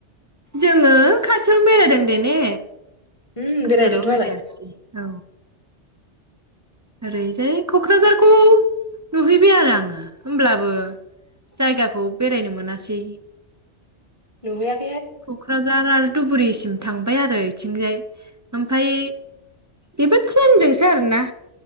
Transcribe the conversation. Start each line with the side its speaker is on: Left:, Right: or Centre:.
Right: जोङो खाथियावनो बेरायदों दे ने?
Left: उम
Right: गोजानाव
Left: बेरायदों थ' आरो।
Right: बेरायासै औ। ओरैजाय क'क्राझारखौ नुहैबाय आरो आङो होमब्लाबो जायगाखौ बेरायनो मोनासै
Left: नुबाय आं।
Right: क'क्राझार आरो धुबुरिसिम थांबाय आरो बिथिंजाय ओमफ्राय बेबो ट्ररेनजोंसो आरोना